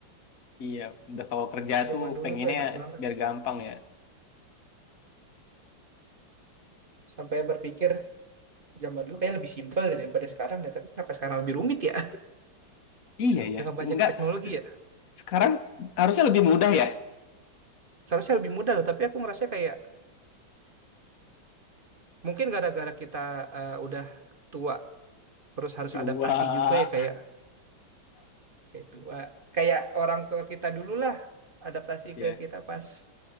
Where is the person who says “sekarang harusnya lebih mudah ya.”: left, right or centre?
Left